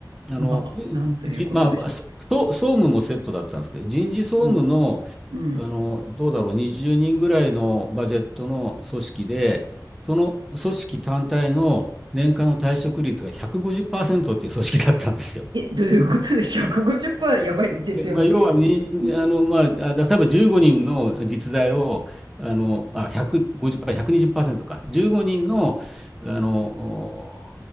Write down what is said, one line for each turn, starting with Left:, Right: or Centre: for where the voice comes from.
Centre: あの、
Right: あ、まあ、なんということでしょ
Centre: じ、まあ、そ総務もセットだったんですけど、人事総務の、
Right: う。うん。うん。
Centre: あの、どうだろう、20人ぐらいのバジェットの組織で、その組織単体の年間の退職率が150%っパーセントっていう組織だったんですよ。
Right: え、どういうことで150%やばいですよね。
Centre: えまあ、要はに、
Right: えー
Centre: あの、まあ、あ例えば15人の実在を、あの、あ、150%、ひゃくにじゅっパーセ2 0か、15人の、あの、お